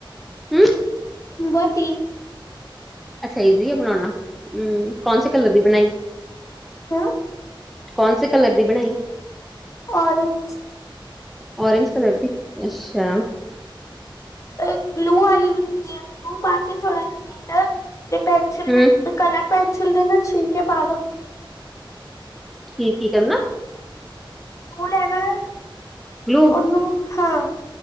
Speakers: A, in the centre; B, on the left.
A: ਹੂੰ।
B: ਬੋਤ ਈ
A: ਅੱਛਾ ਇਜ਼ੀ ਐ ਬਣਾਉਣਾ ਹੂੰ ਕੋਨ ਸੇ ਕਲਰ ਦੀ ਬਨਾਈ
B: ਓਂ
A: ਕੌਨ ਸੇ ਕਲਰ ਦੀ ਬਣਾਈ?
B: ਓਰੇਂਜ।
A: ਓਰੇਂਜ ਕਲਰ ਦੀ ਅੱਸ਼ਾ।
B: ਏ ਗਲੂ ਆਲੀ ਵੀ ਹੁੰਦੀ ਐ ਗਲੂ ਪਾ ਕੇ ਥੋੜਾ ਲਗੇ ਤੇ, ਤੇ ਪੈਨਸ਼ਲ
A: ਹੂੰ,
B: ਦੇ ਕਲਰ ਪੈਨਸ਼ਿਲ ਦੇ ਮੈ ਛਿੱਲਕੇ ਪਾ ਦੋ।
A: ਕੀ, ਕੀ ਕਰਨਾ?
B: ਤੂੰ ਲੈਨਾ ਏ।
A: ਗਲੂ
B: ਗਲੂ ਹਾਂ